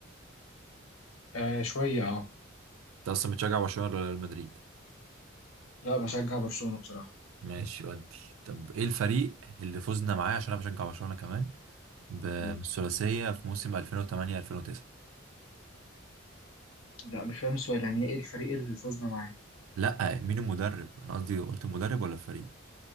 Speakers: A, on the left; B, on the right.
A: آه شوية اه
B: انت اصلا بتشجع برشلونه ولا ريال مدريد
A: لا بشجع برشلونة بصراحة
B: ماشي ودي طب ايه الفريق اللي فزنا معاه عشان انا بشجع برشلونه كمان ب-
A: م.
B: بالثلاثيه في موسم 2008 2009
A: لا مش فاهم السؤال يعني ايه الفريق اللي فزنا معاه
B: لا مين المدرب انا قصدي قلت المدرب ولا الفريق